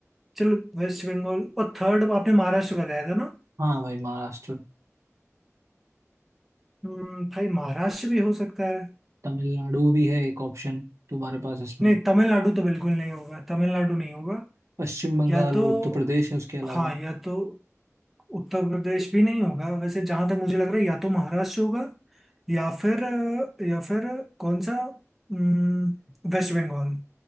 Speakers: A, in the centre; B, on the right.
A: चलो वेस्ट बंगाल और थर्ड आपने महाराष्ट्र बताया था ना
B: हाँ भाई महाराष्ट्र
A: हम्म, भाई महाराष्ट्र भी हो सकता है
B: तमिलनाडु भी है एक ऑप्शन तुम्हारे पास इसमें
A: नहीं तमिलनाडु तो बिल्कुल नहीं होगा तमिलनाडु नहीं होगा
B: पश्चिम बंगाल
A: या तो
B: और उत्तर प्रदेश है उसके अलावा
A: हाँ या तो उत्तर प्रदेश भी नहीं होगा वैसे जहां तक मुझे लग रहा है या तो महाराष्ट्र होगा या फिर अ, या फिर कौन सा हम्म, वेस्ट बंगाल